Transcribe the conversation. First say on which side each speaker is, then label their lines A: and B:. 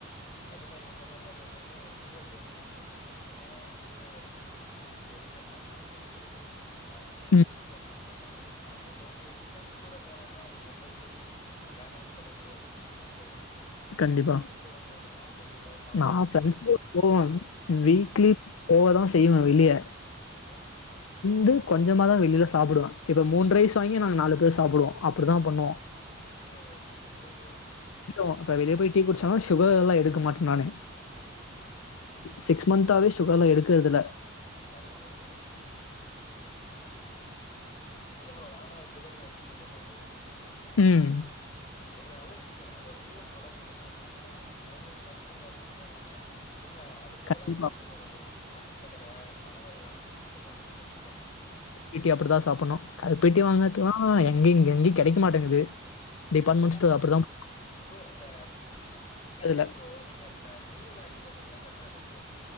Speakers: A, on the left (about 30°); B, on the left (about 80°).
A: கண்டிப்பா நீங்க சொன்ன மாரி எனக்கு வீட்டுல செய்றதுதா ப்ரோ புடிக்கு நா என்னதா வந்துட்டு அ வெளில ல சாப்ட்டாலுமே செரி அ எனக்கு
B: ம்.
A: வீட்ல சாப் றதுதா புடிக்கு நானே ஹோட்டல் ஃப்ரெண்ட்ஸ் கூட போனன்னா அது கம்பல்செரி வேணான் சொல்ல முடியாத் து இல்லீங்களா சோ
B: கண்டிப்பா
A: கூட போனேன்னா கண்டிப்பா சாப்ட்டுதா
B: நா
A: ஆகணும்
B: சனி கெழம போவ வீக்லி
A: ம்
B: போவதா செய்வ வெளிய
A: ஓகே
B: ந்து கொஞ்சமா தா வெளில சாப்புடுவ இப்ப மூண் ரைஸ் வாங்கி நாங்க நாலு பேர் சாப்புடுவோ அப்டி தா பண்ணுவோ
A: ஓ சூப்பர் ப்ரோ
B: அப்றோ இப்ப வெளிய போய் டீ குடிச்சாலு சுகர்லா எடுக்க மாட்ட நானு
A: ம் ம் ம்
B: சிக்ஸ் மன்ந்த்தாவே சுகர்லா எடுக்குறதில்ல
A: வேற லெவல் ப்ரோ இல்ல ப்ரோ நானு சுகர்லா எடுத்துக்கறதில்ல ப்ரோ
B: ம்
A: நீங்க நல்ல விஷயோ அத அப்டியே ஃபாலோ பண்ணுங்க ஏன்னா சுகர்ல என்னென்னமோ வருதுன்றானுங்க நீங்க அதுக்கு பதுல்லா
B: கண்டிப்பா
A: இது எடுத்துக்கோங்க ப்ரோ நாட்டுச்ச சக்கர பனவெள்ளம் அந்த மாதிரி எடுத்துக்கோங்க
B: இப்பிய அப்டிதா சாப்புட்ணோ கருப்பட்டி வாங்கறதுகுல்லா எங்க இங்க எங்கயு கெடைக்க மாட்டங்குது டிபார்ட்மெண்ட்
A: என்ன
B: ஸ்டோர் அப்படிதாங்
A: ப்ரோ இந்த கெடைக்கு
B: இல்ல
A: ப்ரோ நீங்க அந்த மில்லா இருக்கு பாத்தீங்ளா சக் கர மில்லு